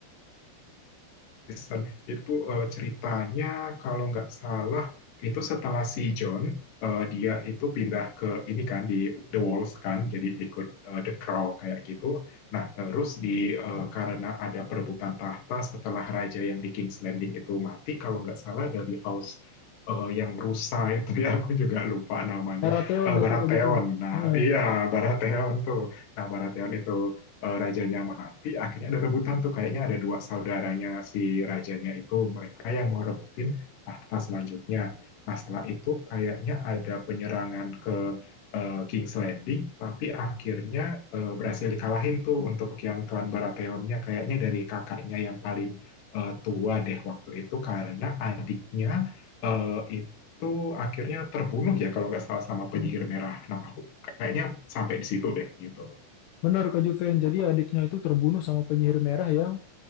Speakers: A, on the left; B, on the left.
A: Kristen itu eh, ceritanya kalau nggak salah itu setelah si John eh, dia itu pindah ke ini kan di The Walls kan jadi ikut eh, The Crow kayak gitu. Nah terus di eh, karena ada perebutan tahta setelah raja yang di King's Landing itu mati kalau nggak salah dari House eh, yang rusa <laughs> itu ya aku juga lupa namanya
B: Baratheon
A: Eh, Baratheon.
B: itu, Kak Juven.
A: Nah
B: Heeh.
A: iya Baratheon tuh. Nah Baratheon itu eh, rajanya mati, akhirnya ada rebutan tuh kayaknya ada dua saudaranya si rajanya itu mereka yang mau rebutin tahta selanjutnya. Nah, setelah itu kayaknya ada penyerangan ke eh, King's Landing, tapi akhirnya eh, berhasil dikalahin tuh untuk yang klan Baratheonnya kayaknya dari kakaknya yang paling eh, tua deh waktu itu karena adiknya eh, itu itu akhirnya terbunuh ya kalau nggak salah sama penyihir merah. Nah, aku kayaknya sampai di situ deh gitu.
B: Benar, Kak Juven. Jadi adiknya itu terbunuh sama penyihir merah yang